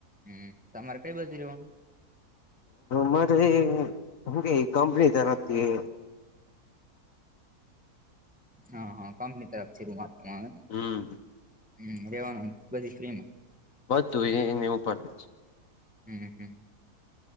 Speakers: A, in the centre; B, on the left.
A: હમ તમારે કઈ બાજુ રેવાનું?
B: મારે હું કે કંપની તરફથી
A: હા હા કંપની તરફથી રૂમ આપવામાં આવે.
B: હમ
A: હમ રેવાનું બધી ફ્રીમાં?
B: બધું એને એવું પણ છે
A: હમ હમ.